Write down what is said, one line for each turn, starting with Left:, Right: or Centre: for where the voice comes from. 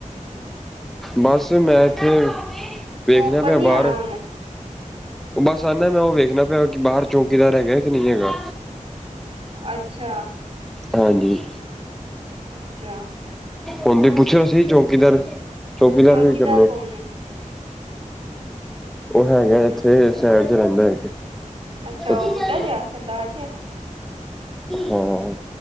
Centre: ਬਸ ਮੈਂ ਤੇ। ਵੇਖਦਾ
Right: ਤੂੰ ਉੱਪਰ
Centre: ਪਿਆ
Right: ਨੀ
Centre: ਬਾਹਰ।
Right: ਆਣਾ ਹੁਣ
Centre: ਉਹ ਬਸ ਆਨਾ ਮੈਂ ਉਹ ਵੇਖਣਾ ਪਿਆ ਕਿ ਬਾਹਰ ਚੌਕੀਦਾਰ ਹੈਗਾ ਕਿ ਨਹੀਂ ਹੈਗਾ।
Right: ਅੱਛਾ।
Centre: ਹਾਂਜੀ।
Right: ਅੱਛਾ।
Centre: ਹਣ ਦੀ ਪੁੱਛਿਆ ਸੀ ਚੌਕੀਦਾਰ ਚੌਕੀਦਾਰ
Right: ਚੌਂਕੀਦਾਰ
Centre: ਵੀ ਕਰਨੇ।
Right: ਕੌਣ ਹੈ
Centre: ਉਹ ਹੈਗਾ ਇੱਥੇ ਸ਼ਹਿਰ ਚ ਰਹਿੰਦਾ ਹੈਗਾ।
Right: ਅੱਛਾ
Centre: ਪੱਕੀ
Right: ਉਹ ਬੁੱਢਾ
Centre: ਗੱਲ
Right: ਜਿਹਾ ਸਰਦਾਰ ਜਿਹਾ
Centre: ਹਾਂ।